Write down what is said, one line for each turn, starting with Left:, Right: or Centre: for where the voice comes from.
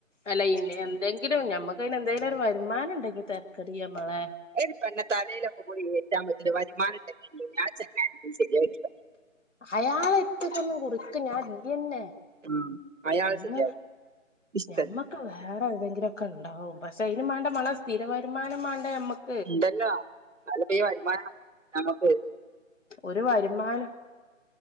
Left: അല്ല ഇന്ന എന്തെങ്കിലും ഞമ്മക്ക് എന്തെങ്കിലും ഒരു വരുമാനം ഉണ്ടെങ്കിൽ തരക്കേടില്ല മാളെ
Right: അയ്ന് പെണ്ണതലയിലൊക്കെകൂടി കയറ്റാൻ പറ്റൂല്ലവരുമാനം ഉണ്ടങ്കില് തന്നെ ആചെങ്ങായി ഒന്നും ശരിആവില്ല
Left: അയാള്ട്ട്ക്ക് കൊടുക്ക് ഞാൻ ഇയ്യന്നെ
Right: ഉം. അയാൾ
Left: എങ്ങ
Right: ശരിയാവില്ല ഇഷ്ടല്ല
Left: ഞമ്മക്ക് വേറെ തെങ്കിലുംക്കെ ഉണ്ടാവും പക്ഷെ അയിന് മാണ്ടേ മാളെസ്ഥിര വരുമാനം മാണ്ടേ നമ്മക്ക്
Right: ഉണ്ടല്ലോ അതല്ലെപ്പോ ഈ വരുമാന ഞമ്മക്ക്
Left: ഒരു വരുമാനം